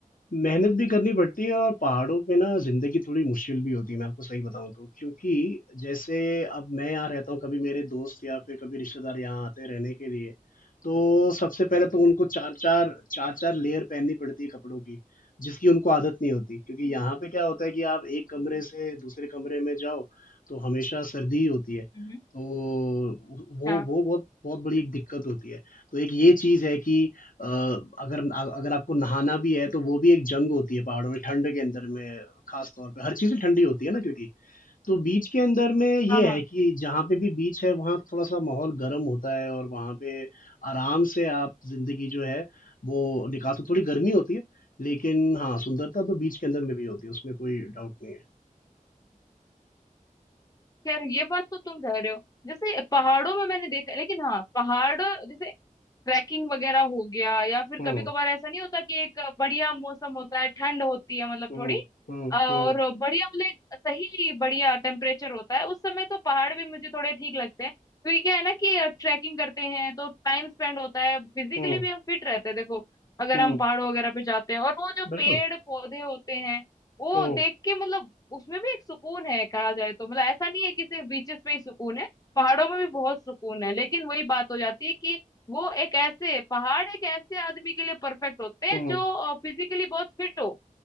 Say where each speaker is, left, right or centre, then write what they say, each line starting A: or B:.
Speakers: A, on the left; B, on the left.
A: मेहनत भी करनी पड़ती है और पहाड़ों पे ना ज़िंदगी थोड़ी मुश्किल भी होती है, मैं आपको सही बताऊँ तो। क्योंकि जैसे अब मैं यहाँ रहता हूँ, कभी मेरे दोस्त या फिर कभी रिश्तेदार यहाँ आते हैं रहने के लिए, तो सबसे पहले तो उनको 4-4 4-4 लेयर पहननी पड़ती है कपड़ों की, जिसकी उनको आदत नहीं होती। क्योंकि
B: हम्म,
A: यहाँ पे क्या होता है कि आप एक कमरे
B: हम्म,
A: से दूसरे कमरे में जाओ, तो हमेशा सर्दी ही होती है। तो
B: हम्म,
A: वो
B: हाँ
A: वो बहुत बहुत बड़ी एक दिक्कत होती है। तो एक ये चीज़ है कि अ, अगर अ अगर आपको नहाना भी है, तो वो भी एक जंग होती है पहाड़ों में, ठंड के अंदर में खास तौर पे। हर चीज़ें ठंडी होती है ना क्योंकि। तो बीच के अंदर में ये
B: हाँ हाँ
A: है कि जहाँ पे भी बीच है, वहाँ थोड़ा-सा माहौल गर्म होता है और वहाँ पे आराम से आप ज़िंदगी जो है, वो निकाल सकते थोड़ी गर्मी होती है, लेकिन हाँ, सुंदरता तो बीच के अंदर में भी होती है, उसमें कोई डाउट नहीं है।
B: खैर ये बात तो तुम कह रहे हो जैसे पहाड़ों में मैंने देखा लेकिन हाँ पहाड़ जैसे ट्रैकिंग वगैरह हो गया या फिर
A: हुँ,
B: कभी कभार ऐसा नहीं होता कि एक बढ़िया मौसम होता है ठंड होती है मतलब
A: हुँ,
B: थोड़ी
A: हुँ,
B: और
A: हुँ,
B: बढ़िया मतलब एक सही बढ़िया टेम्परेचर होता है उस समय तो पहाड़ भी मुझे थोड़े ठीक लगते हैं क्योंकि क्या है ना कि ट्रैकिंग करते हैं तो टाइम स्पेंड होता है फिजिकली
A: हुँ,
B: भी हम फिट रहते हैं देखो अगर
A: हुँ,
B: हम पहाड़ों वगैरह पे जाते हैं और वो जो
A: बिल्कुल।
B: पेड़ पौधे होते हैं वो
A: हुँ,
B: देख के मतलब उसमें भी एक सुकून है कहा जाए तो मतलब ऐसा नहीं है कि सिर्फ बीचेस पे ही सुकून है पहाड़ों में भी बहुत सुकून है लेकिन वही बात हो जाती है कि वो एक ऐसे पहाड़ एक ऐसे आदमी के लिए परफेक्ट होते हैं
A: हुँ,
B: जो फिजिकली बहुत फिट हो